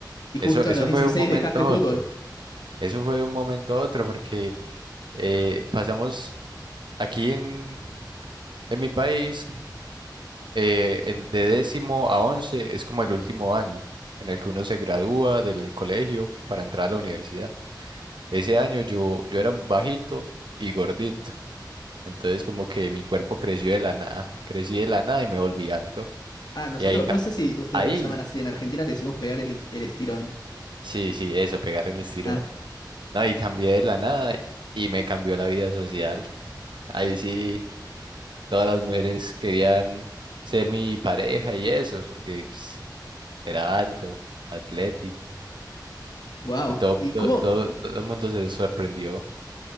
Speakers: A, on the left; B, on the right.
A: y justo
B: Eso, eso
A: a los 16
B: fue de un Claro. momento
A: dejaste
B: a
A: fútbol.
B: otro. Eso fue de un momento a otro porque eh, pasamos aquí en, en mi país eh, en- de décimo a once es como el último año en el que uno se gradúa del colegio para entrar a la universidad. Ese año yo, yo era bajito y gordito. Entonces como que mi cuerpo creció de la nada. Crecí de la nada y me volví alto.
A: Ah, nosotros,
B: Y ahí, ca-
A: no sé si ustedes
B: ahí,
A: lo llaman así, en Argentina le decimos pegar el, it- el estirón.
B: sí, sí, eso, pegar el estirón.
A: Ah,
B: No, y cambié de la nada y me cambió la vida social. Ahí sí, todas las mujeres querían ser mi pareja y eso, porque pues, era alto, atlético,
A: wow.
B: y todo,
A: ¿Y
B: todo,
A: cómo,
B: todo, todo el mundo se sorprendió.